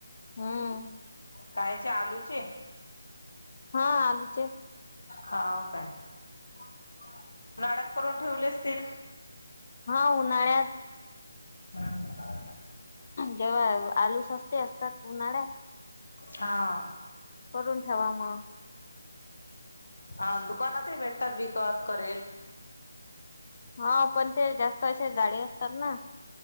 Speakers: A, on the left; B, on the left.
A: हां.
B: कायचे आलूचे?
A: हां आलूचे.
B: हाव काय? <unintelligible> करून ठेवले असतील?
A: हां उन्हाळ्यात.
B: <inaudible>
A: जेव्हा आलू सस्ते असतात उन्हाळ्यात.
B: हां.
A: करून ठेवा मग.
B: हां दुकानातही भेटतात विकत करेल.
A: हां पण ते जास्त असे जाडे असतात ना?